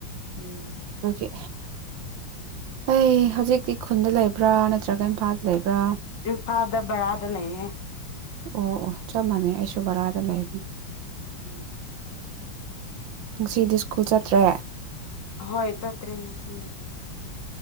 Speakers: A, on the left; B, on the right.
A: ꯎꯝ
B: ꯑꯣꯀꯦ ꯑꯩ ꯍꯧꯖꯤꯛꯀꯤ ꯈꯨꯟꯗ ꯂꯩꯕ꯭ꯔꯥ ꯅꯠꯇ꯭ꯔꯒ ꯏꯝꯐꯥꯜꯗ ꯂꯩꯕ꯭ꯔꯥ
A: ꯏꯝꯐꯥꯜꯗ ꯕꯣꯔꯥꯗ ꯂꯩꯌꯦ
B: ꯑꯣ ꯑꯣ ꯆꯞ ꯃꯥꯟꯅꯩ ꯑꯩꯁꯨ ꯕꯣꯔꯥꯗ ꯂꯩꯕꯅꯦ
A: ꯎꯝ
B: ꯉꯁꯤꯗꯤ ꯁ꯭ꯀꯨꯜ ꯆꯠꯇ꯭ꯔꯦ
A: ꯍꯣꯏ ꯆꯠꯇ꯭ꯔꯦ ꯉꯁꯤ